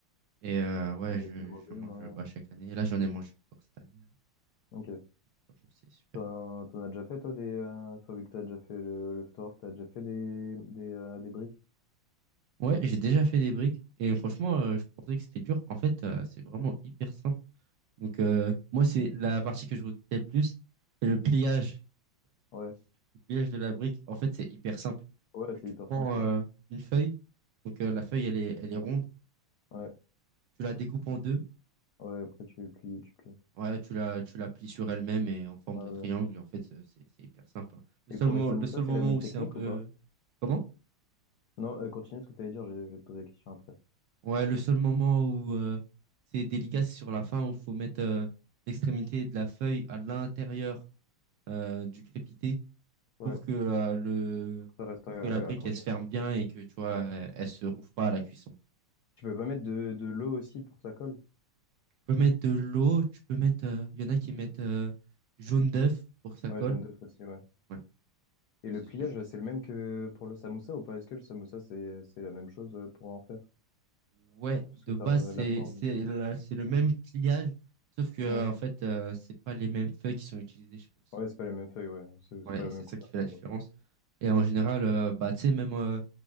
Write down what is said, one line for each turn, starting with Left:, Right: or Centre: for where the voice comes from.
Right: Et euh, ouais,
Left: Ah, bah,
Right: je,
Left: j'ai mangé,
Right: je mange
Left: moi.
Right: bah, chaque année. Et là, j'en ai mangé encore cette année. hein.
Left: Ok.
Right: Franchement, c'est super
Left: T'en
Right: bon.
Left: t'en as déjà fait, toi, des. Euh... Enfin, vu que t'as déjà fait le, le tu t'as déjà fait des, des, euh, des briques?
Right: Ouais, j'ai déjà fait des briques et franchement, euh, je pensais que c'était dur. En fait, euh, c'est vraiment hyper simple. Donc, euh, moi, c'est la partie que je retiens le plus, c'est le pliage.
Left: Ouais.
Right: Le pliage de la brique, en fait, c'est hyper simple.
Left: Ouais,
Right: Tu,
Left: c'est
Right: tu
Left: hyper
Right: prends
Left: simple,
Right: euh,
Left: ouais.
Right: une feuille, donc euh, la feuille, elle est, elle est ronde,
Left: Ouais,
Right: tu la découpes en deux,
Left: ouais, après tu plies, tu plies.
Right: ouais, tu la, tu la plies sur elle-même et en forme
Left: Ouais,
Right: de
Left: ouais.
Right: triangle. Et en fait, c'est c'est- c'est hyper simple. hein. Le
Left: Et
Right: seul,
Left: pour
Right: mo-
Left: les samosas,
Right: le seul
Left: c'est
Right: moment
Left: la même
Right: où
Left: technique
Right: c'est un peu...
Left: ou pas?
Right: Comment?
Left: Non, euh, continue ce que tu allais dire, je, je vais te poser la question après.
Right: Ouais, le seul moment où euh, c'est délicat, c'est sur la fin où il faut mettre euh, l'extrémité de la feuille à l'intérieur euh, du crépité
Left: Ouais,
Right: pour que euh, le
Left: ça reste
Right: pour
Left: euh,
Right: que la brique
Left: accroché.
Right: elle se ferme bien et que tu vois
Left: Ouais.
Right: elle, elle se rouvre pas à la cuisson.
Left: Tu peux pas mettre de, de l'eau aussi pour que ça colle?
Right: Tu peux mettre de l'eau, tu peux mettre euh, il y en a qui mettent euh, jaune d'œuf pour que ça
Left: Ouais,
Right: colle.
Left: jaune d'œuf aussi, ouais.
Right: Ouais,
Left: Et
Right: moi,
Left: le
Right: c'est
Left: pliage,
Right: ce que je faisais.
Left: c'est le même que pour le samoussa ou pas? Est-ce que le samoussa, c'est, c'est la même chose euh, pour en faire?
Right: Ouais,
Left: Parce
Right: de
Left: que par
Right: base
Left: euh,
Right: c'est
Left: la forme.
Right: c'est la- c'est le même pliage sauf que euh,
Left: Ouais,
Right: en fait euh, c'est pas les mêmes feuilles qui sont utilisées, je pense.
Left: ouais, c'est pas les mêmes feuilles, ouais. C'est
Right: Ouais,
Left: c'est pas
Right: et
Left: la
Right: c'est
Left: même
Right: ça
Left: couleur,
Right: qui fait la
Left: ça
Right: différence.
Left: se voit.
Right: Et en général, euh, bah, tu sais, même euh,